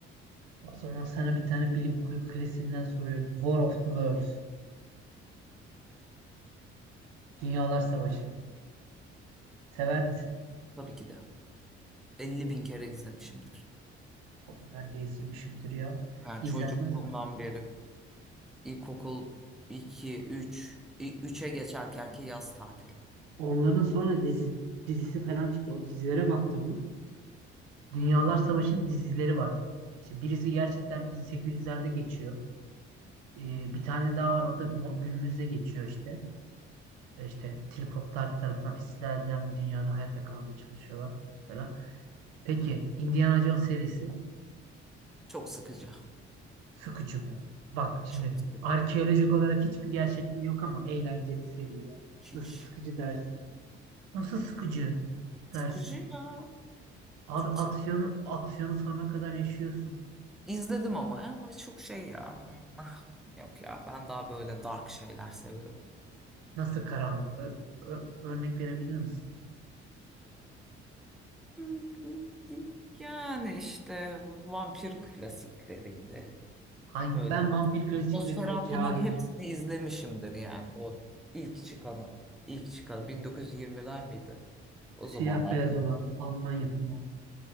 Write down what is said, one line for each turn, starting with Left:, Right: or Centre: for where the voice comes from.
Right: o zaman sana bir tane bilim kurgu klasiğinden soruyorum. War of the Worlds. Dünyalar Savaşı. Sever misin?
Centre: Tabii ki de. Elli bin kere izlemişimdir.
Right: Tabii ben de izlemişimdir ya.
Centre: Ha,
Right: İzlenmez
Centre: çocukluğumdan
Right: mi?
Centre: beri. İlkokul 2, 3, 3'e geçerkenki yaz tatil.
Right: Onların sonra dizi, dizisi falan çıktı. O dizilere baktın mı? Dünyalar
Centre: Hı hı.
Right: Savaşı'nın dizileri var. İşte birisi gerçekten 1800'lerde geçiyor. Ee, bir tane daha var o da mo- günümüzde geçiyor işte. E, İşte tripodlar tarafından istila edilen bir dünyada hayatta kalmaya çalışıyorlar falan. Peki Indiana Jones serisi
Centre: Çok sıkıcı.
Right: sıkıcı mı? Bak şimdi
Centre: Çok sıkıcı.
Right: arkeolojik olarak hiçbir gerçekliği yok ama eğlenceli seri yani.
Centre: Hiç.
Right: Nasıl sıkıcı dersin? Nasıl sıkıcı
Centre: Sıkıcı
Right: dersin?
Centre: ya.
Right: Abi
Centre: Çok sıkıcı.
Right: aksiyonu aksiyonu sonuna kadar yaşıyorsun.
Centre: İzledim ama ya, ama çok şey ya. Ah, Yok ya ben daha böyle dark şeyler seviyorum.
Right: Nasıl karanlık? Ö- ö- örnek verebilir misin?
Centre: <laughs> Yani işte vampir klasikleriydi.
Right: Hangi?
Centre: Böyle
Right: Ben vampir klasiklerinde
Centre: Nosferatu'nun
Right: cahilim.
Centre: hepsini izlemişimdir yani o ilk çıkanı ilk çıkan 1920'ler miydi? O
Right: Siyah
Centre: zamanlarda.
Right: beyaz olan Alman yapımı.